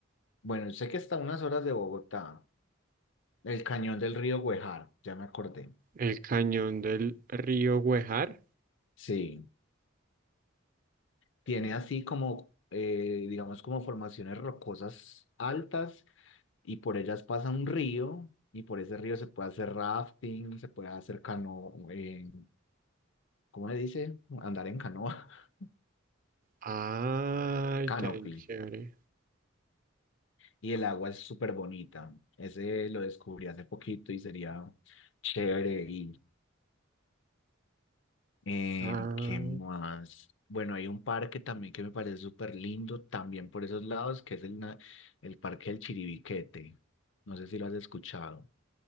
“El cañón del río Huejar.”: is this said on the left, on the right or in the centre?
Right